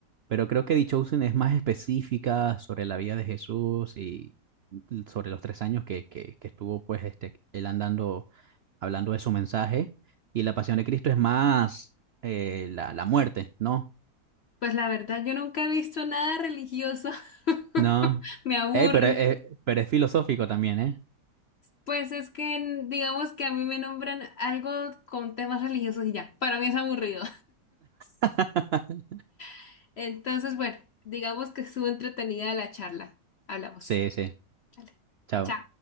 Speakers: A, on the right; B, on the left.
A: Pero creo que The Chosen es más específica sobre la vida de Jesús y sobre los tres años que, que, que estuvo pues este, él andando, hablando de su mensaje. Y la pasión de Cristo es más eh, la, la muerte, ¿no?
B: Pues la verdad, yo nunca he visto nada religioso. <laughs>
A: No.
B: Me aburre.
A: Ey, pero, es- pero es filosófico también, ¿eh?
B: Pues es que en- digamos que a mí me nombran algo con temas religiosos y ya. Para mí es aburrido.
A: <laughs>
B: <laughs> Entonces, bueno, digamos que estuvo entretenida la charla. Hablamos.
A: Sí, sí.
B: Vale.
A: Chao.
B: Chao.